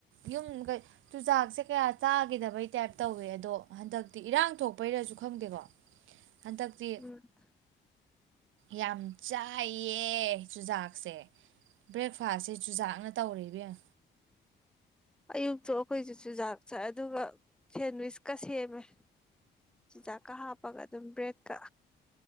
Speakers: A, on the right; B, in the centre.
A: ꯌꯨꯝꯒꯩ ꯆꯨꯖꯥꯛꯁꯦ ꯀꯌꯥ ꯆꯥꯒꯤꯗꯕꯩ ꯇꯥꯏꯞ ꯇꯧꯋꯦ ꯑꯗꯣ ꯍꯟꯗꯛꯇꯤ ꯏꯔꯥꯡ ꯊꯣꯛꯄꯩꯔꯁꯨ ꯈꯪꯗꯦꯀꯣ ꯍꯟꯗꯛꯇꯤ
B: <unintelligible>
A: ꯌꯥꯝ ꯆꯥꯏꯌꯦ ꯆꯨꯖꯥꯛꯁꯦ ꯕ꯭ꯔꯦꯛꯐꯥꯁꯁꯦ ꯆꯨꯖꯥꯛꯅ ꯇꯧꯔꯦ ꯏꯕꯦꯝ
B: ꯑꯌꯨꯛꯇꯣ ꯑꯩꯈꯣꯏꯖꯨ ꯆꯨꯖꯥꯛ ꯊ ꯑꯗꯨꯒ ꯁꯦꯟꯋꯤꯁꯀ ꯁꯦꯝꯃꯦ ꯆꯨꯖꯥꯛꯀ ꯍꯥꯞꯄꯒ ꯑꯗꯨꯝ ꯕ꯭ꯔꯦꯗꯀ